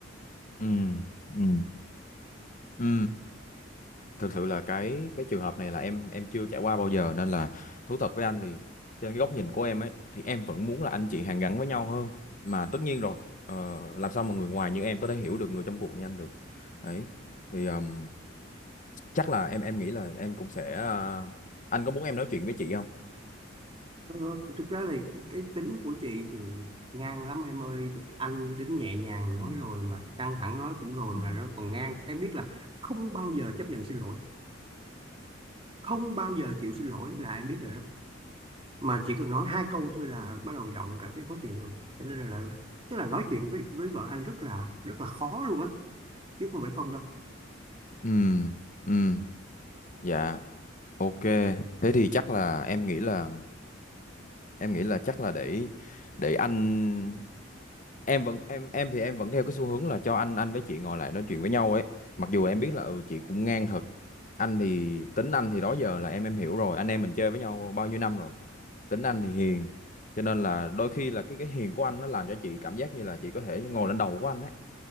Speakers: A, on the left; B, on the right.
A: ừ ừ ừ thực sự là cái cái trường hợp này là em em chưa trải qua bao giờ nên là thú thật với anh thì trên cái góc nhìn của em ấy thì em vẫn muốn là anh chị hàn gắn với nhau hơn mà tất nhiên rồi ờ, làm sao mà người ngoài như em có thể hiểu được người trong cuộc như anh được ấy thì ừm, chắc là em em nghĩ là em cũng sẽ ờ, anh có muốn em nói chuyện với chị không
B: ờ, thực ra là cái tính của chị thì ngang lắm em ơi Thực- anh đến nhẹ nhàng nói
A: ừ
B: rồi mà căng thẳng nói cũng rồi
A: ừ
B: mà nó còn ngang em biết là không bao giờ chấp nhận xin lỗi không bao giờ chịu xin lỗi là em biết rồi đó mà chỉ cần nói hai câu thôi là bắt đầu giọng cảm thấy khó chịu rồi cho nên là tức là nói chuyện với với vợ anh rất là rất là khó luôn á chứ không phải không đâu
A: Ừ, ừ, dạ, ok. Thế thì chắc là em nghĩ là em nghĩ là chắc là để để anh em vẫn em em thì em vẫn theo cái xu hướng là cho anh anh với chị ngồi lại nói chuyện với nhau ấy mặc dù em biết là ừ chị cũng ngang thật anh thì tính anh thì đó giờ là em em hiểu rồi anh em mình chơi với nhau bao nhiêu năm rồi tính anh thì hiền cho nên là đôi khi là cái cái hiền của anh nó làm cho chị cảm giác như là chị có thể ngồi lên đầu của anh ấy